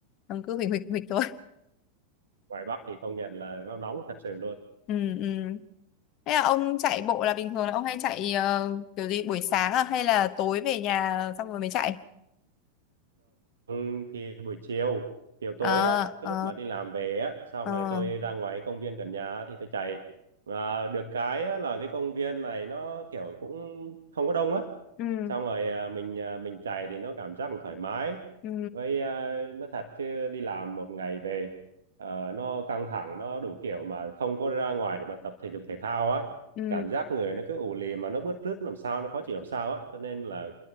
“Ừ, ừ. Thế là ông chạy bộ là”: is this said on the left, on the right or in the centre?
Left